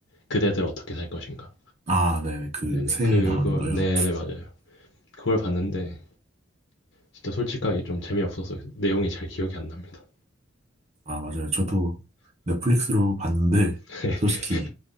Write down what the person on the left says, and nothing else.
그대들 어떻게 살 것인가.
네네.
그걸
네네 맞아요. 그걸 봤는데 진짜 솔직하게 좀 재미없어서 내용이 잘 기억이 안 납니다.
<laughs>